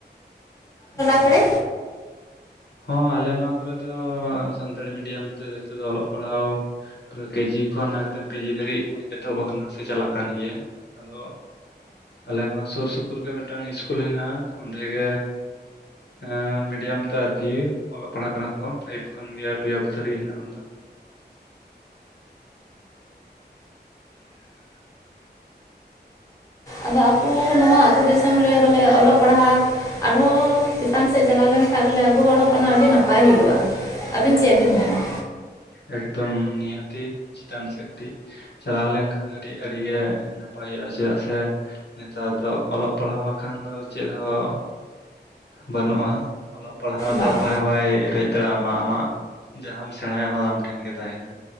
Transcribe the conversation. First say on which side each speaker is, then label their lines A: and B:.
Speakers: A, on the left; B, on the left.
A: ᱚ
B: ᱠᱚᱨᱮ
A: ᱦᱚᱸ ᱟᱞᱮ ᱱᱚᱣᱟ ᱠᱚᱨᱮ ᱫᱚ ᱥᱟᱱᱛᱟᱲᱤ ᱢᱤᱰᱤᱭᱟᱢᱼᱼ ᱱᱚᱛᱮ ᱫᱚ ᱱᱤᱛᱚᱜ ᱫᱚ ᱚᱞᱚᱜ ᱯᱟᱲᱦᱟᱣ ᱯᱩᱨᱟᱹ ᱠᱮᱡᱤ ᱠᱷᱚᱱ ᱮᱠᱫᱚᱢ ᱯᱤᱡᱤ ᱫᱷᱟᱹᱨᱤᱡ᱾ ᱮᱛᱚᱦᱚᱵ ᱟᱠᱟᱱᱟ ᱥᱮ ᱪᱟᱞᱟᱜ ᱠᱟᱱ ᱜᱮᱭᱟ ᱟᱫᱚ ᱟᱞᱮ ᱱᱚᱣᱟ ᱥᱳᱨ ᱥᱩᱯᱼᱼ ᱯᱩᱨ ᱜᱮ ᱢᱤᱫᱴᱟᱝ ᱤᱥᱠᱩᱞ ᱦᱮᱱᱟᱜᱼᱟ, ᱚᱸᱰᱮ ᱜᱮᱼᱼ ᱦᱮᱸ ᱢᱤᱰᱤᱭᱟᱢ ᱛᱮ ᱟᱨᱠᱤ ᱚᱞᱚᱜ ᱯᱟᱲᱦᱟᱜ ᱠᱟᱱᱟ ᱠᱚ ᱯᱷᱟᱭᱤᱵ ᱠᱷᱚᱱ ᱜᱮ ᱴᱩᱭᱮᱞᱵ ᱫᱷᱟᱨᱤᱡ ᱦᱮᱱᱟᱜᱼᱟ ᱚᱱᱟᱫᱚ᱾
B: ᱟᱫᱚ ᱟᱠᱩ ᱱᱚᱣᱟ ᱟᱛᱩ ᱫᱤᱥᱚᱢ ᱨᱮ ᱵᱚᱞᱮ ᱚᱞᱚᱜ ᱯᱟᱲᱦᱟᱼᱼ ᱟᱨᱦᱚᱸ ᱪᱮᱛᱟᱱ ᱥᱮᱜ ᱪᱟᱞᱟᱣ ᱞᱮᱱᱠᱷᱟᱡ ᱵᱚᱞᱮ ᱟᱵᱩ ᱦᱚᱲ ᱦᱚᱯᱚᱱᱟᱜ ᱟᱰᱤ ᱱᱟᱯᱟᱭ ᱦᱩᱭᱩᱜᱼᱟ᱾ ᱟᱹᱵᱤᱱ ᱪᱮᱫ ᱵᱤᱱ ᱢᱮᱱᱟ
A: ᱮᱠᱫᱚᱢ ᱱᱤᱦᱟᱹᱛᱤ ᱪᱮᱛᱟᱱ ᱥᱮᱜ ᱠᱟᱹᱴᱤᱡ᱾ ᱪᱟᱞᱟᱣ ᱞᱮᱱᱠᱷᱟᱱ ᱠᱟᱹᱴᱤᱡ ᱟᱰᱤ ᱜᱮ ᱱᱟᱯᱟᱭᱚᱜᱼᱟ, ᱪᱮᱫᱟᱜ ᱥᱮᱼᱼ ᱱᱮᱛᱟᱨ ᱫᱚ ᱚᱞᱚᱜ ᱯᱟᱲᱦᱟᱣ ᱵᱟᱠᱷᱟᱱ ᱫᱚ ᱪᱮᱫ ᱦᱚᱸ ᱵᱟᱱᱩᱜᱼᱟ᱾ ᱚᱞᱚᱜ ᱯᱟᱲᱦᱟᱣ
B: ᱵᱟᱝ
A: ᱫᱚ ᱚᱠᱚᱭ ᱦᱚᱸ ᱵᱟᱭ ᱨᱮᱡ ᱫᱟᱲᱟᱣᱢᱟ, ᱟᱢᱟᱜᱼᱼ ᱡᱟᱸᱦᱟᱢ ᱥᱮᱬᱟᱭᱟ ᱚᱱᱟ ᱫᱚ ᱟᱢ ᱴᱷᱮᱱ ᱜᱮ ᱛᱟᱦᱮᱱᱟ᱾